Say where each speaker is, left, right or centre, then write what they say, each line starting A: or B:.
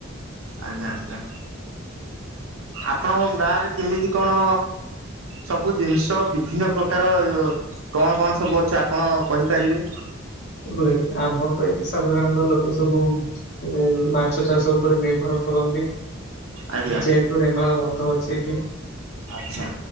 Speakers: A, on the right; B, on the left.
A: ଆଜ୍ଞା ଆଜ୍ଞା, ଆପଣ ଗାଁରେ କେମିତି କଣ ସବୁ ଜିନିଷ, ବିଭିନ୍ନ ପ୍ରକାର, କଣ କଣ ସବୁ ଅଛି ଆପଣ କହିପାରିବେ?
B: ହୁଏ, ଆମର ତ ଏତି ସାଧାରଣତହ ଲୋକ ସବୁ ଏ ମାଛ ଚାଷ ଉପରେ ନିର୍ଭର କରନ୍ତି,
A: ଆଜ୍ଞା
B: ଯେହେତୁ ରେମାଳ ବନ୍ଧ ଅଛି ଏଠି।
A: ଆଛା।